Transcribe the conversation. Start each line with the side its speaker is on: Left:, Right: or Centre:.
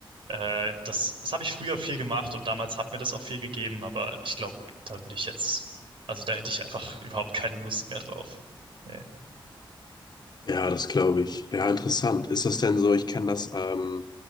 Right: äh, das, das habe ich früher viel gemacht und damals hat mir das auch viel gegeben, aber ich glaube, da würde ich jetzt, also da hätte ich einfach überhaupt keine Lust mehr drauf. Nee.
Left: Ja, das glaube ich. Ja, interessant. Ist das denn so? Ich kenne das, ähm,